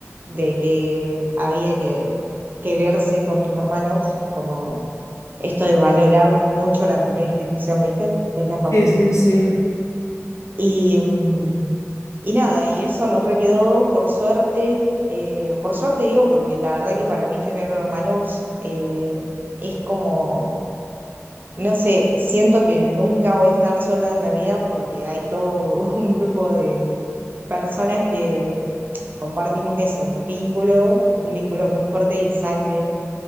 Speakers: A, on the right; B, on the left.
A: de que había que quererse con tus hermanos, como esto de valorar mucho la primera institución, ¿viste? Que es la familia.
B: Sí, sí, sí.
A: Y, mm, y nada, y eso nos requedó por suerte, eh, por suerte digo, porque la verdad que para mí tener hermanos eh, es como no sé, siento que nunca voy a estar sola en la vida porque hay todo <laughs> un grupo de personas que compartimos eso, vínculo, un vínculo muy fuerte y sangre.